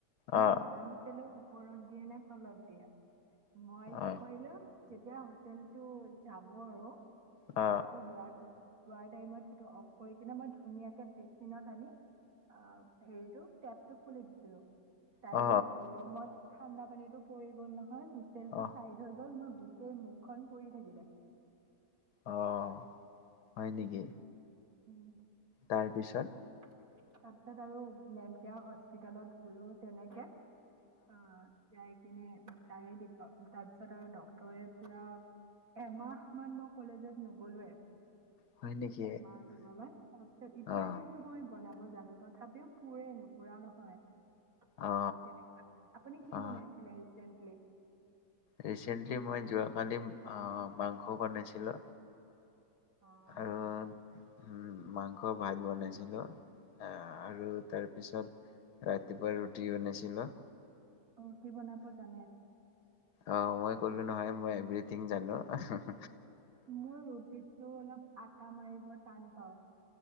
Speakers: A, on the right; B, on the left.
A: মই
B: অ
A: জানা নাছিলো ওপৰত দিয়ে নে তলত দিয়ে, মই
B: অ
A: কি কৰিলো যেতিয়া হোষ্টেলটো যাব আৰু হোষ্টেলটো
B: অ
A: যোৱাৰ পিছত যোৱাৰ টাইমত পুৰা অফ কৰি কিনে মই ধুনীয়াকে বেচিনত আনি আ হেৰিটো পেটটো খুলি দিছিলো, ডাইৰেক্ট
B: অ অ
A: গৰমত ঠাণ্ডা পানীটো পৰি গ'ল নহয় হো তেলটো
B: অ
A: চাইড হৈ গ'ল মই গোটেই মুখখন পৰি থাকিলে।
B: অহ, হয় নেকি?
A: উম।
B: তাৰ পিছত?
A: তাৰপিছত আৰু নেম কিয়াৰ হস্পিতালত গ'লো তেনেকে। আহ যাই কিনে উম তাই <unintelligible> তাৰ পিছত আৰু ডক্টৰে পুৰা এমাহমান মই কলেজত নগলোৱে,
B: হয় নেকি
A: এমাহ তোমালৈ চবতচে এতিয়া
B: অ
A: কিন্তু মই বনাব জানো তথাপিও পোৰেই নোপুৰা নহয়। তেনেকুৱা,
B: অ
A: আপুনি কি
B: অ
A: বনাইছিলে ৰিচেন্টলি?
B: ৰিচেন্টলি মই যোৱাকালি অ মাংস বনাইছিলো।
A: অ'।
B: আৰু উম মাংস ভাত বনাইছিলো আহ আৰু তাৰ পিছত ৰাতিপুৱা ৰুটি বনাইছিলো।
A: ৰুটি বনাব জানে?
B: অ মই কলো নহয় মই এভৰিথিং জানো অহ হ।
A: মোৰ ৰুটিটো অলপ আটা মাৰিব টান পাও।